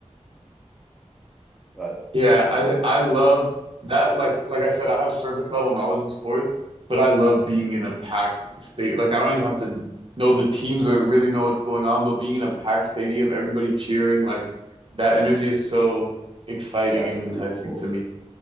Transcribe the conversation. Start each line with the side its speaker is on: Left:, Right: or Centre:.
Centre: But
Right: Yeah, I
Centre: um
Right: I love that. Like like I said, I have surface level knowledge of sports, but I love being in a packed state. Like I don't even have to know the teams or really know what's going on, but being in a packed stadium, everybody cheering, like that energy is so exciting
Centre: yeah, it's
Right: and
Centre: pretty
Right: enticing
Centre: cool.
Right: to me.